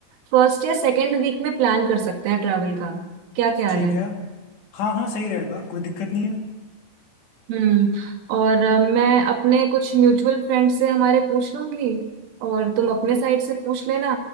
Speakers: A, on the right; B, on the left.
A: फर्स्ट या सेकेंड वीक में प्लान कर सकते हैं ट्रैवल का क्या ख्याल
B: ठीक
A: है
B: है हाँ हाँ सही रहेगा कोई दिक्कत नहीं है
A: हम्म और अ, मैं अपने कुछ म्यूचुअल फ्रेंड से हमारे पूछ लूंगी और तुम अपने साइड से पूछ लेना